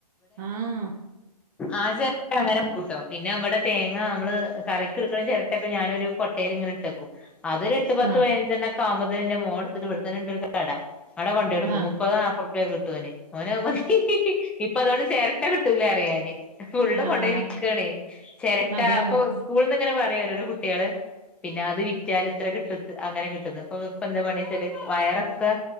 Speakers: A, on the right (about 25°); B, in the centre.
A: ആഹ്ആ
B: ആ ചെരട്ട അങ്ങനെ കൂട്ടോ പിന്നെ, ഇവ്ടെ തേങ്ങ മ്മ്ള് കറിക്കിടുക്കണ ചെരട്ടൊക്കെ ഞാനൊരു കൊട്ടേല് ഇങ്ങനെ ഇട്ടേക്കും അതൊര് എട്ട്, പത്ത്,
A: ആഹ്
B: പൈനഞ്ചണ്ണം കാമ്പ്തേന്റെ മോട്ത്തിട്ട് ഇവിടെ തന്നെ ഉണ്ട് ഒരു കട ആടെ കൊണ്ടെടുക്കും
A: ആഹ്
B: മുപ്പതോ നാപ്പറുപ്യൊക്കെ കിട്ടുഓന് ഓന്അത് മതി. ഇപ്പൊ അതുകൊണ്ട് ചേര ട്ടെ കിട്ടൂലെ അറിയാൻ എയ് ഫുള്ള് കൊണ്ടോയി
A: ആഹ്
B: വിക്കാണ് ചെരട്ടാ
A: അതാണ്
B: അപ്പൊ
A: അതാണ്
B: സ്കൂള്ന്ന് ഇങ്ങനെ പ ഓരോരോ കുട്ടിയള് പിന്നെ അത് വിറ്റാല് ഇത്ര കിട്ടും അങ്ങനെ കിട്ടുന്ന് ഇപ്പോ എന്താ പണീച്ചാല് വയറൊക്കെ